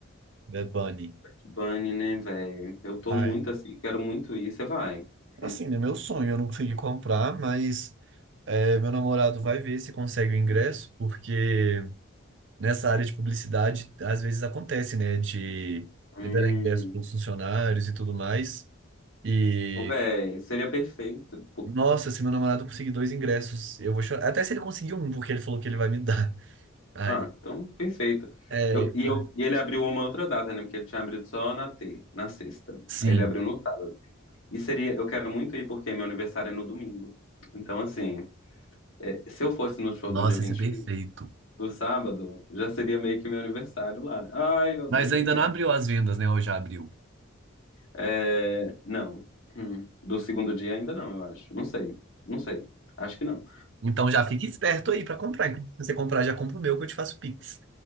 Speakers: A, on the right (about 60°); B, on the left (about 75°).
A: Bad Bunny.
B: Bunny, né, velho? Eu tô
A: Ai.
B: muito assim, quero muito ir. Você vai.
A: Assim,
B: Hum.
A: é meu sonho. Eu não consegui comprar, mas é, meu namorado vai ver se consegue o ingresso, porque nessa área de publicidade, às vezes acontece, né? De
B: Hum.
A: liberar ingresso para os funcionários e tudo mais. E.
B: Ô, véi, seria perfeito,
A: Nossa, se meu namorado conseguir dois ingressos, eu vou chorar. Até se ele conseguir um, porque ele falou que ele vai me dar. <laughs> Ai,
B: Ah, então, perfeito.
A: é,
B: Eu, e,
A: ai.
B: eu, e ele abriu uma outra data, né? Porque ele tinha abrido só na, te, na sexta.
A: Sim,
B: Aí ele abriu no sábado. E seria, eu quero muito ir porque meu aniversário é no domingo. Então, assim, é, se eu fosse no show
A: nossa,
B: do dia 21
A: ia ser perfeito.
B: do sábado, já seria meio que meu aniversário lá. né? Ai, meu
A: Mas
B: Deus,
A: ainda
B: eu quero.
A: não abriu as vendas, né? Ou já abriu?
B: É, não. Hum. Do segundo dia ainda não, eu acho. Não sei. Não sei. Acho que não.
A: Então já fique esperto aí pra comprar. Se você comprar, já compra o meu que eu te faço Pix.